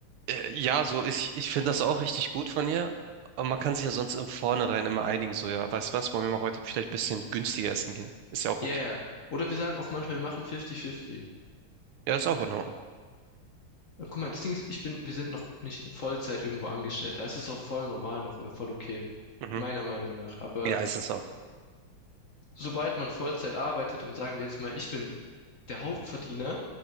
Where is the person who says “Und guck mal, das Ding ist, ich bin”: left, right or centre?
Left